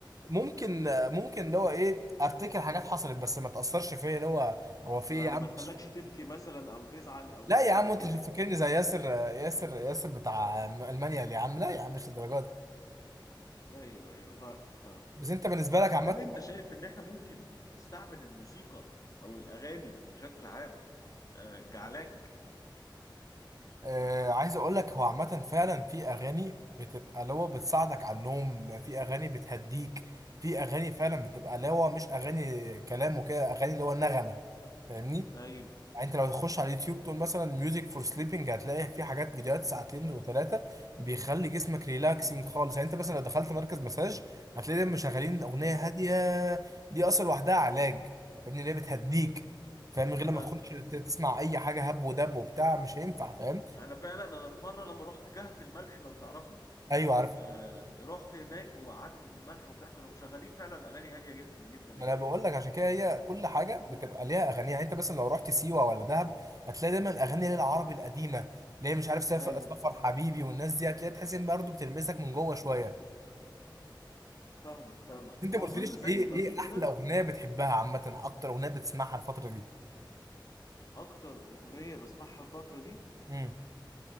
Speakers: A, on the right; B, on the left.
A: ممكن آه، ممكن اللي هو ايه افتكر حاجات حصلت بس ما تاثرش فيا اللي هو هو في
B: يعني
A: إيه يا عم
B: ما تخلكش
A: مش-
B: تبكي مثلا او تزعل او
A: لا يا
B: تبقى
A: عم انت
B: كده
A: مش
B: يعني
A: فاكرني زي ياسر آه، ياسر ياسر بتاع المانيا اللي يا عم لا يا عم مش للدرجه دي
B: ايوه ايوه ف... فاهم
A: بس انت بالنسبه لك
B: طب
A: عامه
B: هل انت شايف ان احنا ممكن نستعمل الموسيقى او الاغاني بشكل عام آه كعلاج
A: آه عايز اقول لك هو عامة فعلا في اغاني بتبقى اللي هو بتساعدك على النوم في اغاني بتهديك في اغاني فعلا بتبقى اللي هو مش اغاني كلام وكده اغاني اللي هو نغمة فاهمني
B: ايوه
A: يعني انت لو تخش على اليوتيوب تقول مثلا ميوزك فور سليبنج هتلاقي في حاجات فيديوهات ساعتين وثلاثة بيخلي جسمك ريلاكسنج خالص يعني انت مثلا لو دخلت مركز مساج هتلاقي دايما مشغلين اغنية
B: ايوه
A: هادية دي اصلا لوحدها علاج فاهمني اللي هي بتهديك فاهم غير
B: فاهم
A: لما تخش ت- تسمع اي حاجة هب ودب وبتاع مش هينفع فاهم
B: انا فعلا انا في مره لما رحت كهف الملح لو تعرفه
A: ايوه عارفه
B: آه رحت هناك وقعدت في الملح وبتاع كانوا مشغلين فعلا اغاني هاديه جدا جدا يعني
A: ما انا بقول لك عشان كده هي كل حاجه
B: امم
A: بتبقى ليها اغاني يعني انت مثلا لو رحت سيوه ولا دهب هتلاقي دايما اغاني للعربي القديمه اللي هي مش عارف سافر
B: ايوه
A: سفر حبيبي والناس دي هتلاقي تحس ان برضه بتلمسك من جوه شويه
B: فاهمك فاهمك
A: انت
B: واظن
A: ما قلتليش
B: زي
A: ايه
B: ما
A: ايه
B: في كده
A: احلى اغنيه بتحبها عامه اكتر اغنيه بتسمعها الفتره دي
B: اكتر اغنيه بسمعها الفتره دي
A: امم